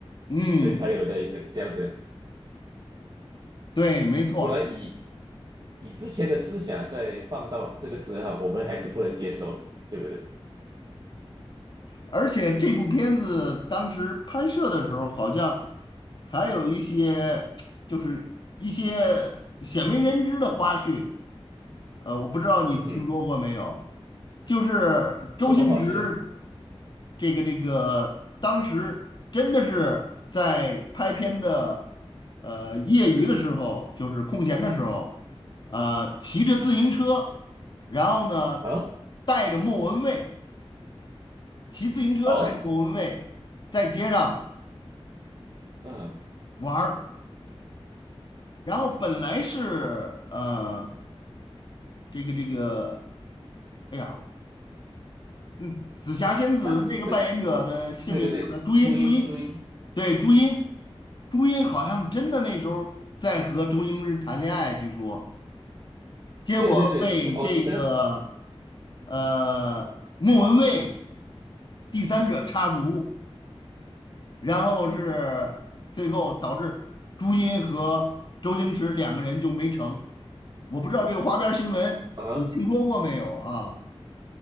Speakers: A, on the left; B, on the right.
A: 嗯，
B: 所以才有那个这样的
A: 对，没错。
B: 不然以以之前的思想再放到这个时候啊，我们还是不能接受，对不对？
A: 而且这部片子当时拍摄的时候，好像还有一些 <tsk> 就是一些鲜为人知的花絮，呃，我不知道你听说过没有？
B: 嗯哼，
A: 就是周星驰
B: 什么话去呢？
A: 这个这个，当时真的是在拍片的呃业余的时候，就是空闲的时候，呃，骑着自行车，然后呢
B: 啊，
A: 带着莫文蔚。骑自行车带着莫文蔚在街上
B: 好啊，嗯，
A: 玩儿，然后本来是呃这个这个，哎呀，嗯，紫霞仙子那个扮演者的姓名是什么？
B: 诶，当然，可是，对对对，
A: 朱茵，
B: 朱茵，
A: 朱茵，
B: 朱茵，
A: 对，朱茵，朱茵好像真的那时候在和周星驰谈恋爱，据说，结果被这个
B: 对对对，他我记得
A: 呃莫文蔚第三者插足。然后是最后导致朱茵和周星驰两个人就没成。我不知道这个花边新闻你听说过没有啊？
B: 啊，